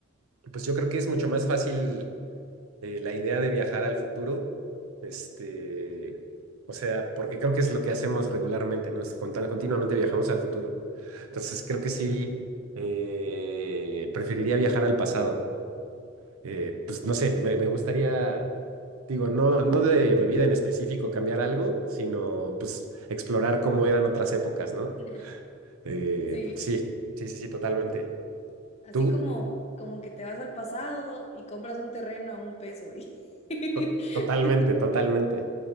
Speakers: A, on the right; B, on the left.
A: pues yo creo que es mucho más fácil eh, la idea de viajar al futuro. Este, o sea, porque creo que es lo que hacemos regularmente, ¿no? Es contan- continuamente
B: Sí.
A: viajamos al futuro. Entonces creo que sí, eh, preferiría viajar al pasado. Eh, pues no sé, me, me gustaría, digo, no, no de mi vida en específico cambiar algo, sino pues explorar cómo eran otras épocas, ¿no?
B: <laughs>
A: Eh,
B: Sí.
A: sí, sí, sí, sí, totalmente.
B: Así
A: ¿Tú?
B: como, como que te vas al pasado y compras un terreno a un peso. y- <laughs>
A: To- totalmente, totalmente,